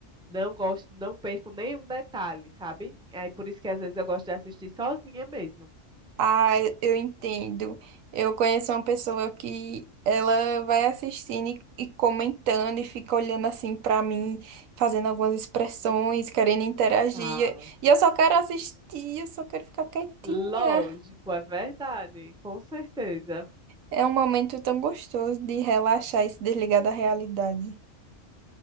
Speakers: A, in the centre; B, on the right.
A: Não gosto, não perco nenhum detalhe, sabe? Aí por isso que às vezes eu gosto de assistir sozinha mesmo.
B: ah, eu entendo. Eu conheço uma pessoa que ela vai assistindo e, e comentando e fica olhando assim pra mim, fazendo algumas expressões, querendo interagir.
A: Ah,
B: E eu só quero assistir, eu só quero ficar quietinha.
A: Lógico, é verdade, com certeza.
B: É um momento tão gostoso de relaxar e se desligar da realidade.